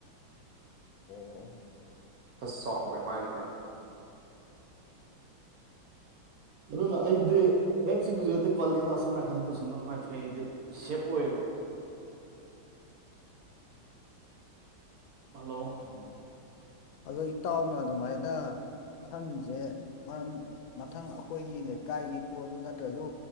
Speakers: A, on the left (about 80°); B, on the right (about 60°).
A: ꯑꯣ
B: ꯈꯔ ꯆꯥꯎꯋꯦ ꯃꯥꯏꯅ ꯈꯔ ꯑꯗꯨꯅ ꯑꯩꯗꯤ ꯑꯦꯛ ꯆꯄꯁꯤꯗꯗꯤ ꯄꯂꯦꯟꯗ ꯑꯁꯥꯝ ꯔꯥꯏꯐꯜꯗ ꯄꯨꯁꯤꯟꯕꯅ ꯈ꯭ꯋꯥꯏ ꯐꯩꯗꯤ ꯁꯦꯞ ꯑꯣꯏꯌꯦꯕ ꯍꯜꯂꯣ
A: ꯎꯝ ꯑꯗꯣ ꯏꯇꯥꯎꯅ ꯑꯗꯨꯃꯥꯏꯅ ꯈꯪꯁꯦ ꯃꯔꯝ ꯃꯊꯪ ꯑꯩꯈꯣꯏꯒꯤ ꯂꯩꯀꯥꯏꯒꯤ ꯊꯣꯛꯑ ꯑꯗꯨ ꯅꯠꯇ꯭ꯔꯁꯨ